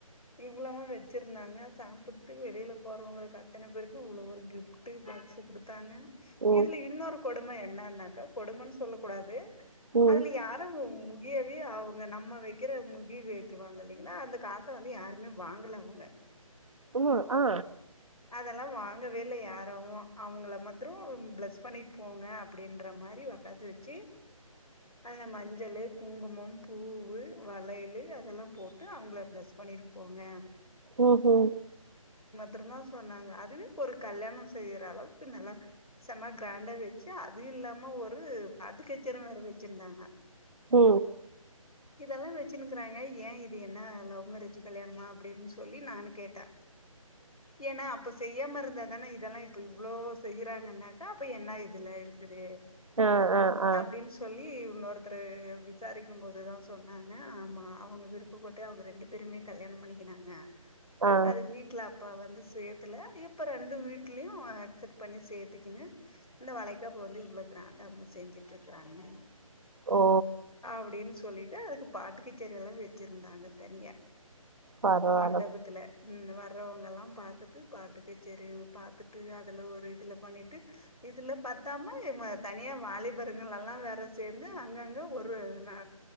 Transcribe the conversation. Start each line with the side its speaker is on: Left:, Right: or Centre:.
Left: இ வ்ளோவு வெச்சிருந்தாங்க சாப்புட்டு வெளில போறவங்களுக்கு அத்தன பேருக்கு உள்ள ஒரு கிஃப்ட்டு பாக்ஸு குடுத்தாங்க
Right: ம்
Left: இதுல
Right: ம்
Left: இன்னொரு கொடும என்னன்னாக்கா கொடுமன்னு சொல்லக் கூடாது
Right: ம்
Left: அதுல யாரு மொ மொ ய்யவே அவுங்க நம்ம வெக்கிற மொய்யி வெக்குவாங்க இல்லைங்களா அந்த காச வந்து யாருமே வாங்கல அவுங்க
Right: ஓ ஆ
Left: அதெல்லா வாங்கவே இல்ல யாரவு அவுங்கள மாத்திரோ ப்ளஸ் பண்ணிட் போங்க அப்பிடின்ற மாரி ஒக்காத்து வெச்சு அந்த மஞ்சளு, குங்குமம், பூவு, வளையலு அதெல்லா போட்டு அவுங்கள ப்ளஸ் பண்ணிட்டு போங்க
Right: ஓஹோ
Left: திரந்தா சொன்னாங்க. அதுவே ஒரு கல்யாணோ செய்ற அளவுக்கு நல்லா செம கிராண்டா வெச்சு அது இல்லாம ஒரு பாட்டு கச்சேரி வேற வெச்சிருந்தாங்க
Right: ஓ
Left: இதெல்லா வெச்சுனுக்கிறாங்க யே இது என்ன லவ் மேரேஜு கல்யாணமா அப்டின்னு சொல்லி நானு கேட்டே ஏன்னா அப்ப செய்யாம இருந்தாதான இதெல்லா இப்ப இவ்ளோ செய்யறாங்கன்னாக்கா அப்ப என்ன இதுல இருக்குது
Right: ஆ ஆ ஆ
Left: அப்டின் சொல்லி இன்னொருத்தரு விசாரிக்கும் போது தா சொன்னாங்க ஆமா அவுங்க விருப்பப்பட்டு அவுங்க ரெண்டு பேருமே கல்யாண பண்ணிக்கினாங்க
Right: ஆ
Left: அது வீட்ல அப் அப்பா வந்து செய்யத்துல்ல இப்ப ரெண்டு வீட்லயு அக்செட் பண்ணி சேத்துக்கினு இந்த வளைகாப்பு வந்து இவ்ளோ கிராண்டா அவுங்க செஞ்சுட்டு இருக்கிறாங்க
Right: ஓ
Left: அப்டின்னு சொல்லி ட்டு அதுக்கு பாட்டு கச்சேரி எல்லா வெச்சிருந்தாங்க தனியா
Right: பரவால்ல
Left: மண்டபத்துல ம் வர்றவங்க எல்லாம் பாத் பாத்துட்டு பாட்டுக் கச்சேரி பாத்துட்டு அதுல ஒரு இதுல பண்ணிட்டு இதுல பத்தாம இவுங்க தனியா வாலிபருங்கள் எல்லாம் வேற சேந்து அங்கங்க ஒரு நா